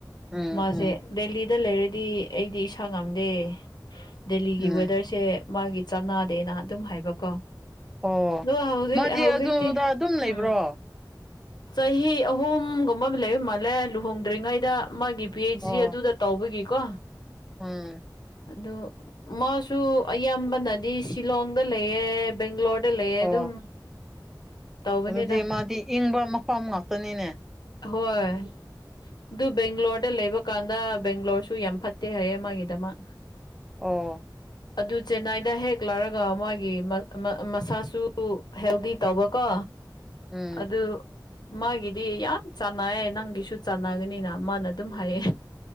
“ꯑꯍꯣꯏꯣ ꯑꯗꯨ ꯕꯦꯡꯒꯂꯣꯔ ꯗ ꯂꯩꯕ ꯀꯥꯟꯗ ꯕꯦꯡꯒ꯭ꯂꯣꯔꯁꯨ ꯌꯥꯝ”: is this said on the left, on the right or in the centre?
Left